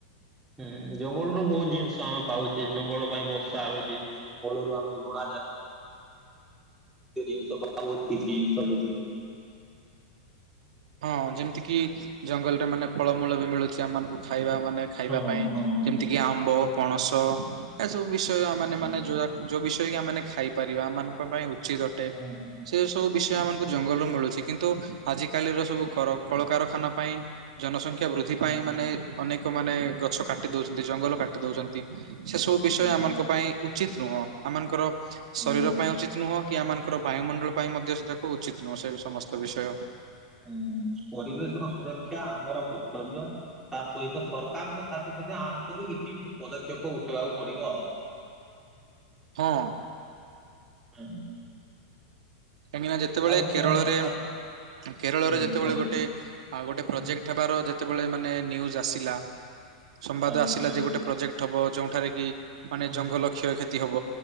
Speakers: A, in the centre; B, on the right (about 65°).
A: ହୁଁ ଜଙ୍ଗଲରୁୁ ବହୁତ ଜିନିଷ ଆମେ ପାଉଛେ, ଜଙ୍ଗଲ ପାଇଁ ବର୍ଷା ହଉଛି। ପଳରୁ ଆମେ ଝୋଡ଼ା ଯା ଜିନିଷ ପା ବ କିଛି ଜିନିଷ ଲୁଚି
B: ହଁ ଯେମିତି କି ଜଙ୍ଗଲରେ ମାନେ ଫଳମୂଳ ବି ମିଳୁଛି ଆମମାନଙ୍କୁ ଖାଇବା ମାନେ ଖାଇବା
A: ହଁ
B: ପାଇଁ,
A: ହଁ
B: ଯେମିତି କିି ଆମ୍ବ, ପଣସ ଏସବୁ ବିଷୟ ମାନେ
A: ହଁ
B: ମାନେ ଯୋ ଯୋଉ ବିଷୟ କି ଆମେ ଖାଇପାରିବା, ଆମମାନଙ୍କ ପାଇଁ ଉଚିତ ଅଟେ।
A: ହଁ
B: ସେ ସବୁ ବିଷୟ ଆମଙ୍କୁ ଜଙ୍ଗଲରୁୁ ମିଳୁଛି କିନ୍ତୁ ଆଜି କାଲିର ସବୁ କର କଳକାରଖାନା ପାଇଁ ଜନସଂଖ୍ୟା ବୃଦ୍ଧି
A: ହଁ।
B: ପାଇଁ ମାନେ, ଅନେକ ମାନେ ଗଛ କାଟି ଦଉଛନ୍ତି, ଜଙ୍ଗଲ କାଟି ଦଉଛନ୍ତି। ସେସବୁ ବିଷୟ
A: ହୁଁ
B: ଆମଙ୍କ ପାଇଁ ଉଚିତ ନୁହଁ, ଆମମାନଙ୍କର
A: ହୁଁ
B: ଶରୀର ପାଇଁ ଉଚିତ ନୁହଁ। କି ଆମମାନଙ୍କର ବାୟୁମଣ୍ଡଳ ପାଇଁ ମଧ୍ୟ ସେ <unintelligible> ଉଚିତ ନୁହେଁ ସେ ସମସ୍ତ ବିଷୟ।
A: ଉଁ, ପରିବେଶର ସୁରକ୍ଷା ଆମର କର୍ତ୍ତବ୍ୟ। ତା ସହିତ ସରକାରଙ୍କ ସାଥି ସାଥିେ ଆମକୁ ବି କିଛି ପଦକ୍ଷେପ ଉଠେଇବାକୁ ପଡିବ ଆଉ।
B: ହଁ।
A: ହୁଁ।
B: କାହିଁକି ନା ଯେତେବେଳେ
A: ଆଉ
B: କେରଳରେ
A: କଣ ଆପ
B: କେରଳରେ
A: ହୁଁ
B: ଯେତେବେଳେ
A: କୁହନ୍ତୁ।
B: ଗୋଟେ ଗୋଟେ
A: ହୁଁ
B: ପ୍ରୋଜେକ୍ଟ ଉଠବାର ଯେତେବେଳେ ମାନେ ନିଉଁଯୁ ଆସିଲା ସମ୍ବାଦ
A: ହଁ
B: ଆସିଲା
A: ହଁ
B: ଯେ ଗୋଟେ ପ୍ରୋଜେକ୍ଟ ହବ ଯୋଉଠାରେ କି ମାନେ
A: ହୁଁ
B: ଜଙ୍ଗଲ କ୍ଷୟକ୍ଷତି ହବ